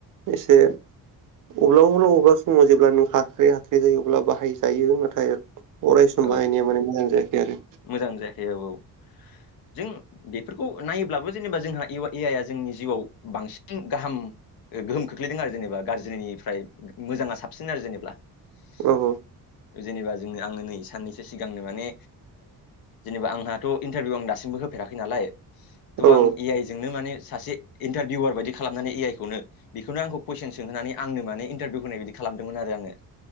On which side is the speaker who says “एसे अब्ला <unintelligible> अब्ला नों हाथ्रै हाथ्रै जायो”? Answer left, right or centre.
Right